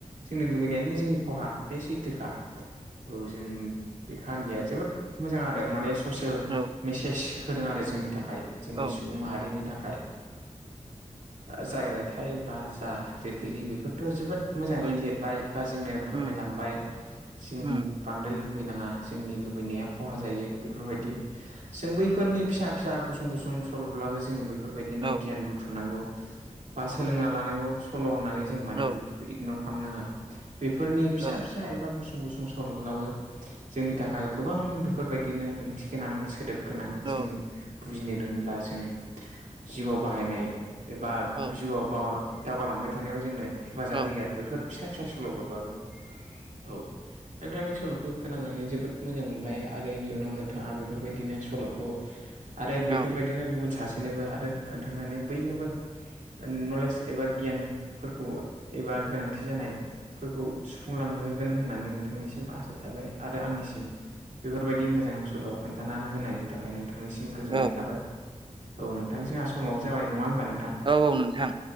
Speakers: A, on the right; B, on the right.
A: जोंनि लुुबैनायानो जोंनि खहा बे सैथोखा औ जों बे काहानिया जोबोद मोजां आरो माने ससियेल
B: औ
A: मेसेज होदों आरो जोंनि थाखाय। जोंनि
B: औ
A: सुबुं माहारिनि थाखाय जाय रायथाइ बा जा लिरगिरि बेफोरथ' जों जोबोद। मोजाङै
B: उम
A: लिरबाय बा जोंनो फोरमायलांबाय
B: उम
A: जों
B: उम
A: बांद्राय लुबैनाङा जोंनि लुबैनाया खहा जायो बेफोरबादि जों बैफोरनि फिसा फिसा गुसुं गुसुं सल'ब्लाबो जों बे बेफोरबादिनो
B: औ
A: गियान बुथुमनांगौ बा सोलोंना लानांगौ सल' होननानै जों मानो
B: औ
A: बेफोरखौ इगनर खालामनाङा बेफोरनि फिसा
B: औ
A: फिसा एबा गुसुं गुसुं। सल'ब्लाबो जोंनि थाखाय गोबां बेफोरबायदिनो ओंथि गोनां सोदोब। गोनां
B: औ
A: जों बुजिनो रोब्ला जों जिउआव बाहायनाय। एबा
B: औ
A: जिउआव बा दावगालांबाय थानायाव जोंनो हेफाजाब
B: औ
A: होयो आरो बेफोर फिसा फिसा सल'फोरबाबो औ नोंथांनि सल'खौ खोनानानै जोबोद मोजां मोनबाय आं। आरो इयुनाव नोंथाङा बेफोरबायदिनो सल'खौ आरो बेफोरबादिनो
B: औ
A: गुबुन सासेनोबो आरो खोन्थानानै बयनोबो नलेज एबा गियानफोरखौ। एबा गोनांथि जानायफोरखौ सुफुंलांहोगोन होननानै नोंथांनिसिम आसा थाबाय। आरो आंनिसिम बेफोरबायदि मोजां सल' खोन्थानानै होनायनि थाखाय नोंथांनिसिम गोजोननाय
B: औ
A: थाबाय औ नोंथां जोंहा समावो जाबाय नङा होमबा नोंथां।
B: औ औ नोंथां